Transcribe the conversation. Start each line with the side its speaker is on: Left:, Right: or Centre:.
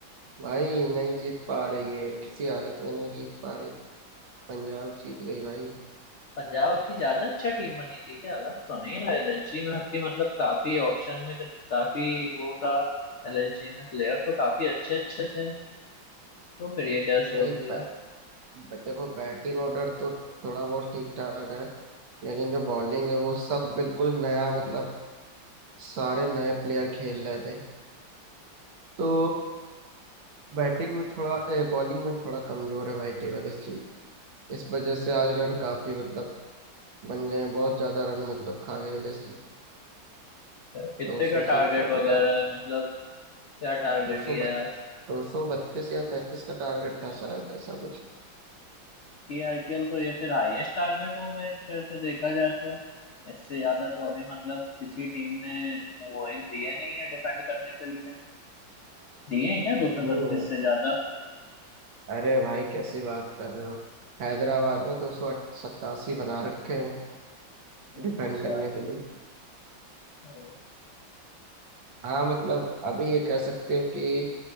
Right: भाई नहीं जीत पा रही है किसी हालत में नहीं जीत पा रही पंजाब जीत गई भाई
Left: पंजाब आपकी ज्यादा अच्छा टीम बनी थी क्या लग तो नहीं रहा एलएलजी में आपकी मतलब काफी ऑप्शन में काफी वो था एलएलजी में प्लेयर तो काफी अच्छे अच्छे थे तो फिर ये कैसे
Right: भाई
Left: हो गया
Right: बै, ब- देखो बैटिंग ऑर्डर तो थोड़ा बहुत ठीक ठाक है लेकिन जो बॉलिंग है वो सब बिल्कुल नया मतलब सारे नए प्लेयर खेल रहे थे तो बैटिंग में थोड़ा ए, बॉलिंग में थोड़ा कमजोर है भाई टेबल एससी इस वजह से आज रन काफी मतलब बन गए हैं बहुत ज्यादा रन मतलब खा गए एलएससी
Left: क्या- कितने
Right: दो सौ
Left: का
Right: से
Left: टारगेट
Right: ऊपर का
Left: वगैरह
Right: टार
Left: है मतलब क्या टारगेट
Right: दो सौ
Left: दिया
Right: बत,
Left: है आज
Right: दो सौ बत्तीस या तैतीस का टारगेट था शायद ऐसा कुछ
Left: की आईपीएल तो ये फिर हाईएस्ट टारगेट हो गया एक तरह से देखा जाए तो इससे ज्यादा तो अभी मतलब किसी टीम ने वो एक दिए नहीं है डिफेंड करने के लिए दिए हैं क्या दो
Right: नहीं,
Left: सौ बत्तीस से ज्यादा
Right: अरे भाई कैसी बात कर रहे हो हैदराबाद ने दो सौ सत्तासी बना रखे हैं
Left: अच्छा
Right: डिफेंड करने के लिए
Left: ओ।
Right: हाँ मतलब अभी ये कह सकते हो कि